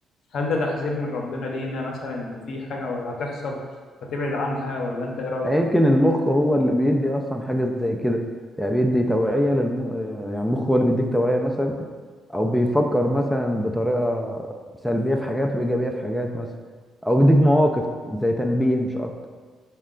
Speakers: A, on the left; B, in the centre.
A: هل ده تحذير من ربنا لينا مثلا إن في حاجة هتحصل فتبعد عنها ولا أنت إيه رأيك؟
B: يعني يمكن المخ هو اللي بيدي اصلا حاجة زي كده يعني بيدي توعية للم... يعني المخ هو اللي بيديك توعية مثلا او بيفكر مثلا بطريقة سلبية في حاجات وايجابية في حاجات مثلا او بيديك مواقف زي تنبيه مش اكتر